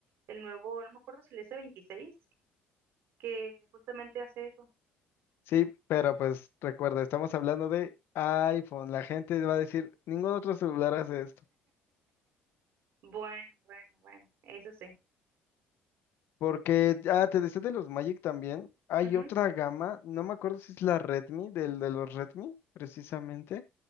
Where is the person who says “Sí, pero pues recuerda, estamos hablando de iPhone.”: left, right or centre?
Left